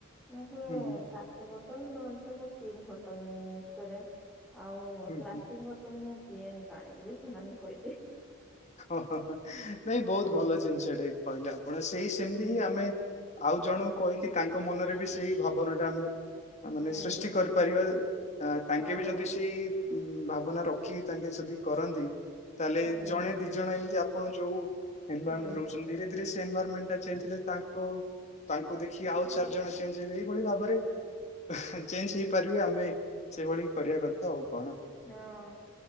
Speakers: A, in the centre; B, on the left.
A: ମୁଁ କୁହେ
B: ହୁଁ ହୁଁ
A: କାଚ ବଟଲ ବୋଟଲ ନଲେ ତ ମୁଁ ଷ୍ଟିଲ୍ ବୋଟଲ ହଁ ୟୁଜ୍ କରେ ଆଉ
B: ହୁଁ
A: ପ୍ଲାଷ୍ଟିକ
B: ହୁଁ
A: ବଟଲ ପିଏନି ପାଣି ବୋଲି ସେମାନଙ୍କୁ କହିଦିଏ।
B: ହଁ ହଁ ହଁ ନାଇଁ ବୋହୁତ
A: ହୁଁ
B: ଭଲ ଜିନିଷଟେ କହିଲେ ଆପଣ ସେଇ ସେମିତି
A: ହୁଁ
B: ହିଁ ଆମେ ଆଉ ଜଣଙ୍କୁ କହିକି ତାଙ୍କ ମନରେ ବି ସେଇ ଭାବନା ଟା ଆମେ ଆ ମାନେ
A: ହୁଁ
B: ସୃଷ୍ଟି କରିପାରିବା ଆ ତାଙ୍କେ
A: ହଁ
B: ବି ଯଦି ସେଇ ଉଁ ଭାବନା ରଖିକି ତାଙ୍କେ ଯଦି କରନ୍ତି ତାହେଲେ
A: ହୁଁ।
B: ଜଣେ ଦି ଜଣ ଏମିତି ଆପଣ ଯୋଉ <unintelligible>
A: ହୁଁ
B: ରହୁଛନ୍ତି ଧୀରେ ଧୀରେ ସେ ଏନଭରମେଣ୍ଟାଥିଲେ ତାଙ୍କ ତାଙ୍କୁ ଦେଖି ଆଉ ଚାରିଜଣ ଚେଞ୍ଜ ହେଇବେ ଏଇଭଳି ଭାବରେ ଚେଞ୍ଜ ହେଇପାରିବେ ଆମେ ସେଇଭଳି କରିବା କଥା ଆଉ କଣ।
A: ହଁ